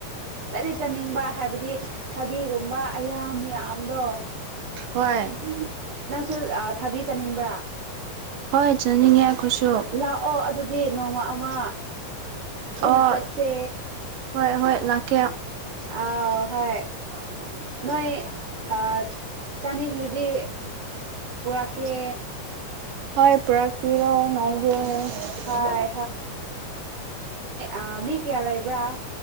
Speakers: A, on the right; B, on the right.
A: ꯆꯠꯇꯤ ꯆꯅꯤꯡꯕ ꯍꯥꯏꯕꯗꯤ ꯊꯕꯤꯒꯨꯝꯕ ꯑꯌꯥ ꯃꯌꯥꯝꯗꯣ
B: ꯍꯣꯏ
A: ꯅꯪꯁꯨ ꯑꯥ ꯊꯕꯤ ꯆꯥꯅꯤꯡꯕ꯭ꯔꯥ
B: ꯍꯣꯏ ꯆꯥꯅꯤꯡꯉꯦ ꯑꯩꯈꯣꯏꯁꯨ
A: ꯂꯥꯛꯑꯣ ꯑꯗꯨꯗꯤ ꯅꯣꯡꯃ ꯑꯃ ꯄꯨꯟꯅ
B: ꯑꯣ
A: ꯆꯠꯁꯦ
B: ꯍꯣꯏ ꯍꯣꯏ ꯂꯥꯛꯀꯦ
A: ꯑ ꯍꯣꯏ ꯅꯣꯏ ꯑꯥ ꯆꯥꯅꯤꯡꯉꯥꯗꯤ ꯄꯨꯔꯛꯀꯦ
B: ꯍꯣꯏ ꯄꯨꯔꯛꯄꯤꯔꯣ ꯉꯥꯏꯒꯦ
A: ꯍꯣꯏ
B: ꯎꯝ
A: ꯑꯥ ꯃꯤ ꯀꯌꯥ ꯂꯩꯕ꯭ꯔꯥ